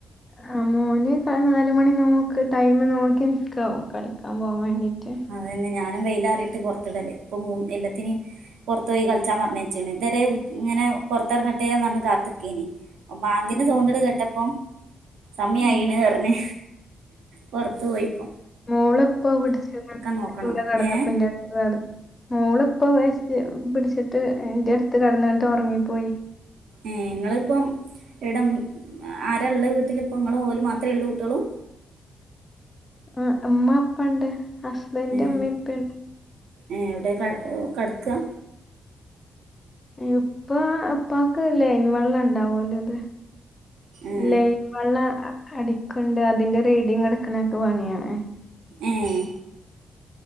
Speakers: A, on the left; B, on the right.
A: അഹ് മോന് നാല് മണി നോക്ക് ടൈമു നോക്കി നിക്കാവും കളിക്കാൻ പോവാൻ വേണ്ടിട്ട്
B: അതു തന്നെ ഞാനും വെയിലാറിയിട്ട് പുറത്തിടല്ലേ ഇപ്പോ മൂ എല്ലാത്തിനും പുറത്തു പോയി കളിച്ചാ പറഞ്ഞച്ചണ് ഇതുവരെ ഇങ്ങനെ പുറത്തിറങ്ങട്ടെന്ന് പറഞ്ഞ് കാത്ത് നിക്കേനി ബാങ്കിന്റെ
A: ഉം,
B: സൗണ്ട് കേട്ടപ്പ സമയയിണ്
A: ഉം.
B: പറഞ് പുറത്ത് പോയിപ്പോ
A: മോള ഇപ്പോ വിടിച്ച
B: നോക്കണം
A: കടന്നപ്പറടുത്ത്
B: ഏഹ്
A: കടന്നു മോളിപ്പ പിടിച്ചിട്ട് എന്റെ അടുത്ത് കടന്നാട്ട് ഉറങ്ങിപ്പോയി
B: ഏഹ് ഇങ്ങളിപ്പം ഇവിടം ആരള്ള വീട്ടിലിപ്പങ്ങള ഓല് മാത്രമേ ഉള്ളൂ കുട്ടിയളും
A: ആഹ് ഉമ്മ ഉപ്പ ഉണ്ട് ഹസ്ബൻ്റ്
B: ഏഹ്
A: ഇമ്മപ്പ ഉണ്ട്
B: ഏഹ് എവിടെയാ ക കട്കാ
A: ഇപ്പ ഇപ്പക്ക് ലൈൻ വെള്ളം ഇണ്ടാവല്ലത്
B: ഏഹ്
A: ലൈ വെള്ളം അടിക്ക്ന്ണ്ട് അതിന്റെ റീഡിങ് എടുക്കണൊക്കെ പണിയാണ്
B: ഏഹ്